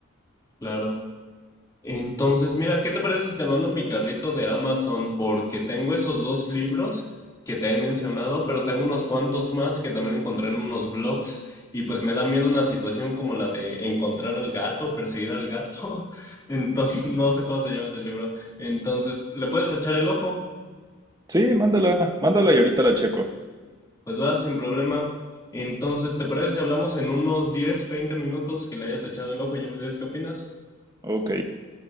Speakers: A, on the left (about 15°); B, on the right (about 15°).
A: claro. Entonces, mira, ¿qué te parece si te mando mi carrito de Amazon? Porque tengo esos dos libros que te he mencionado, pero tengo unos cuantos más que también encontré en unos blogs y pues me da miedo una situación como la de encontrar al gato, perseguir al gato. <laughs> Entonces,
B: <laughs>
A: no sé cómo se llama ese libro. Entonces, ¿le puedes echar el ojo?
B: Sí, mándala, mándala y ahorita la checo.
A: Pues va, sin problema. Entonces, ¿te parece si hablamos en unos 10, 20 minutos que le hayas echado el ojo y ya me dices qué opinas?
B: Ok.